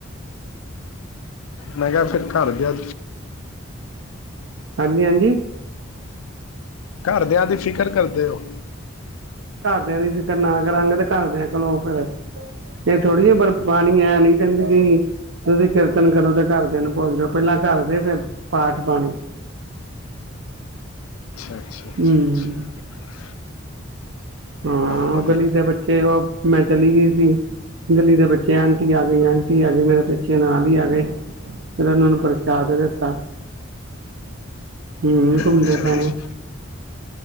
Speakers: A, on the left (about 80°); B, on the right (about 65°).
A: ਮੈਂ ਕਿਹਾ ਫਿਰ ਘਰ ਜਾ,
B: ਹਾਂਜੀ-ਹਾਂਜੀ।
A: ਘਰਦਿਆਂ ਦੀ ਫਿਕਰ ਕਰਦੇ ਹੋ,
B: ਘਰ ਦਿਆਂ ਦੀ ਫਿਕਰ ਨਾ ਕਰਾਂਗੇ ਤੇ ਘਰਦਿਆਂ ਕਰਲੋ ਫਿਰ ਇਹ ਥੋੜੀ ਹੈ ਪਰ ਬਾਣੀ ਐ ਨੀ ਕਹਿੰਦੀ ਗਈ ਤੁਸੀਂ ਕੀਰਤਨ ਕਰੋ ਤੇ ਘਰਦਿਆਂ ਨੂੰ ਭੁੱਲ ਜਾਓ ਪਹਿਲਾਂ ਘਰ ਦੇ ਫਿਰ ਪਾਠ ਬਾਣੀ,
A: ਅੱਛਾ-ਅੱਛਾ-ਅੱਛਾ।
B: ਹੂੰ ਹਾਂ,
A: ਵਧੀਆ
B: ਉਹ ਗਲੀ ਦੇ ਬੱਚੇ ਉਹ ਮੈਂ ਚਲੀ ਗਈ ਸੀ, ਗਲੀ ਦੇ ਬੱਚੇ ਆਂਟੀ ਆ ਗਈ ਆਂਟੀ ਆ ਗਈ ਮੇਰੇ ਪਿੱਛੇ ਨਾਲ ਹੀ ਆ ਗਏ, ਫਿਰ ਉਹਨਾਂ ਨੂੰ ਪ੍ਰਸ਼ਾਦ ਦਿੱਤਾ, ਹੂੰ ਘੁੰਮਦੇ
A: ਅੱਛਾ
B: ਪਏ
A: ਅੱਛਾ
B: ਨੇ।